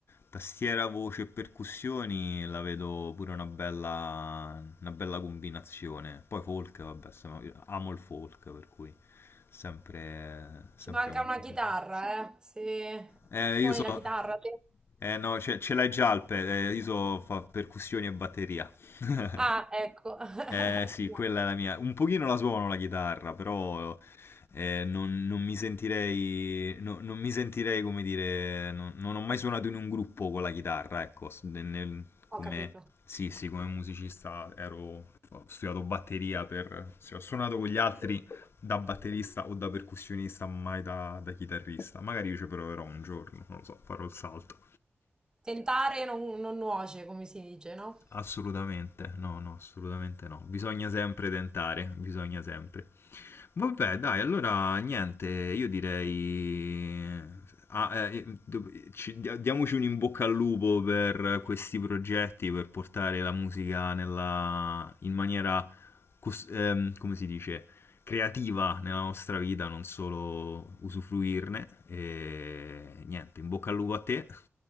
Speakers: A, on the left (about 60°); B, on the right (about 15°).
A: tastiera, voce e percussioni la vedo pure una bella, una bella combinazione. Poi folk, vabbè, siamo- io amo il folk, per cui sempre, sempre
B: Ci manca
A: molto
B: una chitarra,
A: figo.
B: eh? Se
A: Eh,
B: suoni
A: io so,
B: la chitarra te?
A: eh no, ce, ce l'hai già il pe- eh, io so fa percussioni e batteria. <laughs>
B: Ah, ecco. <laughs>
A: Eh sì, quella è la mia. Un pochino la suono la chitarra, però eh, non, non mi sentirei, no- non mi sentirei, come dire, non, non ho mai suonato in un gruppo con la chitarra, ecco, s- nel- nel- come,
B: Ho capito.
A: sì, sì, come musicista ero, ho studiato batteria per, sì, ho suonato con gli altri da batterista o da percussionista, mai da, da chitarrista. Magari io ci proverò un giorno, non lo so, farò il salto.
B: Tentare non, non nuoce, come si dice, no?
A: Assolutamente, no, no, assolutamente no. Bisogna sempre tentare, bisogna sempre. Vabbè, dai, allora niente, io direi... Ah, eh, eh, do- ci- dia- diamoci un in bocca al lupo per questi progetti, per portare la musica nella, in maniera, cos- ehm, come si dice, creativa nella nostra vita, non solo usufruirne. E niente, in bocca al lupo a te.